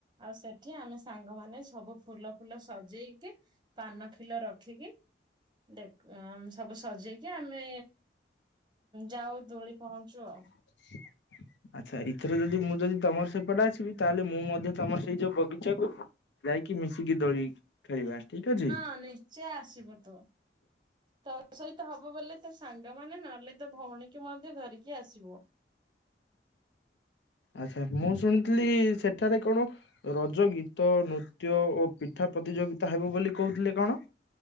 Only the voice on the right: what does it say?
ଆଉ ସେଠି ଆମେ ସାଙ୍ଗମାନେ ସବୁ ଫୁଲ ଫୁଲ ସଜେଇକି ପାନ ଖିଲ ରଖିକି ଦେକ ସବୁ ସଜେଇକି ଆମେ ଯାଉ ଦୋଳି ପହଞ୍ଚୁ ଆଉ।
ହଁ ନିଶ୍ଚୟ ଆସିବୁ ତୁ ତୋ ସହିତ ହବ ବୋଲେ ତୋ ସାଙ୍ଗମାନେ ନହେଲେ ତୋ ଭଉଣୀକୁ ମଧ୍ୟ ଧରିକି ଆସିବୁ।